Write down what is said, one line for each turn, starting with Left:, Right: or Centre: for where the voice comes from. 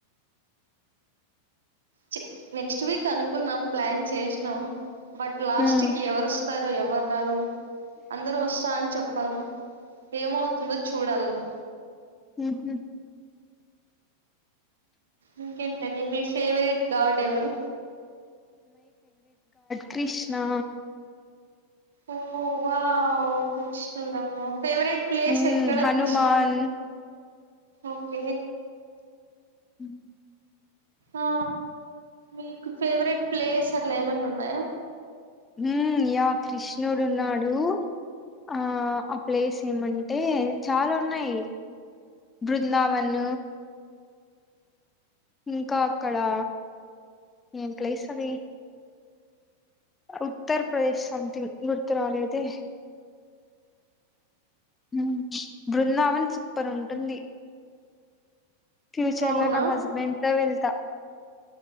Right: చి నెక్స్ట్ వీక్ అనుకున్నాం ప్లాన్ చేసినం బట్ లాస్ట్కి
Left: ఉమ్
Right: ఎవర్ స్తారో ఎవర్ రారో అందరూ వస్తా అని చెప్పారు ఏమవుతుందో చూడల్లా
Left: మ్ హ్
Right: ఇంకేంటండి మీ ఫేవరెట్ గాడ్ ఎవరు?
Left: కృష్ణా
Right: ఓ వావ్ కృష్ణుడా ఫేవరెట్ ప్లేస్
Left: ఉమ్
Right: ఎక్కడ
Left: హనుమాన్
Right: కృష్ణ ఓకే
Left: అ
Right: ఆ నీకు ఫేవరెట్ ప్లేస్ అట్ల ఏమన్న ఉన్నయా
Left: హ్మ్ యా కృష్ణుడున్నాడు. ఆ ఆ ప్లేస్ ఏమం టే చాలా ఉన్నాయి బృందావన్ ఇంకా అక్కడా ఏం ప్లేస్ అది ఉత్తర్ ప్రదేశ్ సమ్థింగ్ గుర్తురాలేదే మ్ బృందావన్ సూపర్ ఉంటుంది. ఫ్యూచర్లో
Right: అవునా
Left: నా హస్బెండ్తో వెళ్తా.